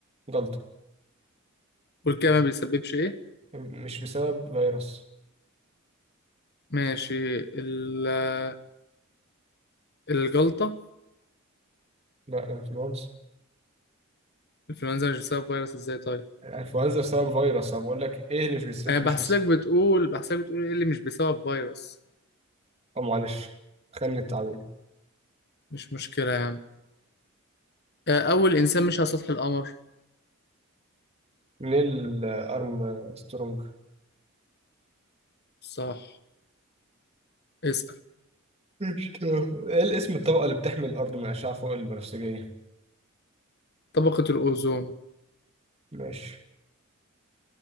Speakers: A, on the right; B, on the left.
A: جلطة
B: والكلى ما بيسببش ايه؟
A: مش بسبب فيروس
B: ماشي ال- آه، الجلطة
A: لا الانفلونزا
B: الإنفلونزا مش بسبب فيروس ازاي طيب؟
A: الانفلونزا بسبب فيروس انا بقول لك ايه اللي مش بيسبب
B: أنا بحسبك
A: مش بس
B: بتقول بحسبك بتقول ايه اللي مش بسبب فيروس
A: او معلش خلني التعبير
B: مش مشكلة يا عم آه، أول إنسان مشي على سطح القمر
A: نيل ارم سترونج
B: صح اسأل
A: مش ت- ايه الاسم الطبقة اللي بتحمي الأرض من الأشعة فوق البنفسجية؟
B: طبقة الأوزون
A: ماشي